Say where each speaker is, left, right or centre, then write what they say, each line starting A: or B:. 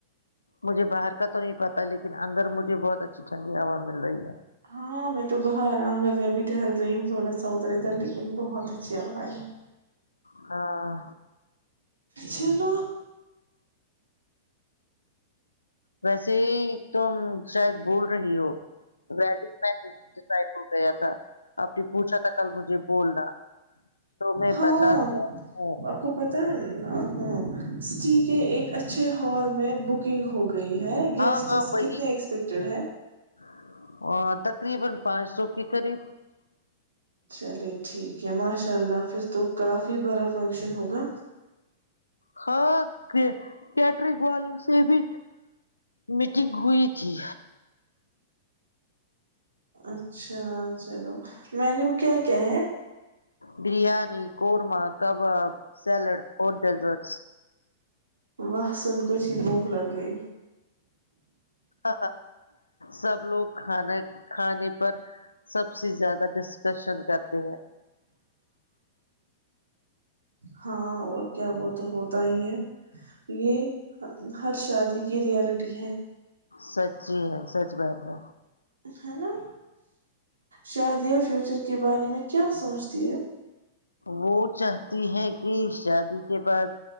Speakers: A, on the left; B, on the right.
A: مجھے باہر کا تو نہیں پتا لیکن اندر مجھے بہت اچھی ٹھنڈی ہوا مل رہی ہے
B: ہاں میں تو باہر آ گگر میں ابھی ٹہل رہی ہوں تھوڑا ساودر ادھر لیکن بہت اچھی آواز ہے
A: ہاں
B: ج ن
A: ویسے تم شاید بول رہی ہو ویڈنگ پ ڈڈ ہو گیا تھا آپ نے پوچھا تھا کل مجھے بولنا تو میں
B: ہاں
A: بتاتی ہوں
B: آپ کو پتا ہے ا ہوں جی کہ ایک اچھے ہال میں بکنگ ہوگی گئی ہے گیسٹس
A: ہاں ہاں وہی
B: کتنے ایکسپیکٹیڈ ہیں
A: <unintelligible>
B: چلے ٹھیک ہے ماشاء اللہ پھر تو کافی بارا فنکشن ہوگا
A: ہاں کیٹرک والوں سے بھی میٹنگ ہوئی تھی
B: اچھا چلو میں نے کیا کیا ہے
A: برییاانی قورمہ کباب سیلڈ اور ڈیزرٹس
B: وسن کتی بھک لگے
A: ہ سب لوگ کھانا کھانے پر سب سے زیادہ ڈسکشن کرتے ہیں
B: ہاں اور کیا وہ تو ہوتا ہی ہے یہ ہر شادی کی یہ ریالٹی ہے
A: سچی ہے سچ بات ہے
B: ہیلو شادیا فیوچر کے بارے میں کیا سوچتی ہے
A: وہ چاہتی ہے کہ شادی کے پاس